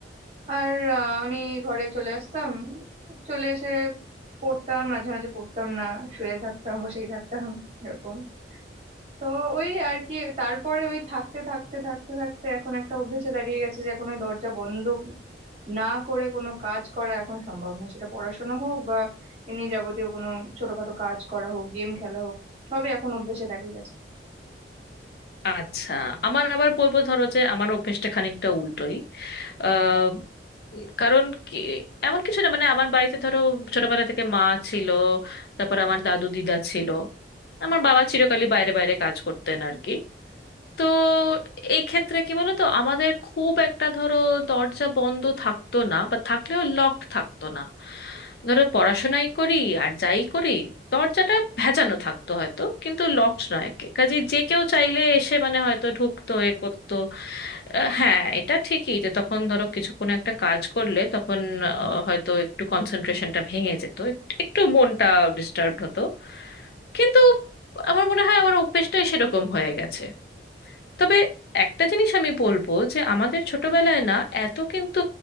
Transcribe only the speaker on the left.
আচ্ছা আমার আবার বলবো ধরো যে আমার অভ্যেসটা খানিকটা উল্টোই আহ, কারণ কি এমন কিছু না মানে আমার বাড়িতে ধরো ছোটবেলা থেকে মা ছিল তারপর আমার দাদু দিদা ছিল আমার বাবা চিরকালই বাইরে বাইরে কাজ করতেন আর কি তো এই ক্ষেত্রে কি বলতো আমাদের খুব একটা ধরো দরজা বন্ধ থাকতো না বা থাকলেও লকড থাকতো না ধরো পড়াশোনাই করি আর যাই করি দরজাটা ভেজানো থাকতো হয়তো কিন্তু লকড নয় কাজে যে কেউ চাইলে এসে মানে হয়তো ঢুকতো এ করতো আহ, হ্যাঁ এটা ঠিকই যে তখন ধরো কিছু কোনো একটা কাজ করলে তখন আহ, হয়তো একটু কনসেন্ট্রেশনটা ভেঙে যেত এক- একটু মনটা ডিস্টার্ব হতো কিন্তু আমার মনে হয় আমার অভ্যেসটাই সেরকম হয়ে গেছে তবে একটা জিনিস আমি বলবো যে আমাদের ছোটবেলায় না এত কিন্তু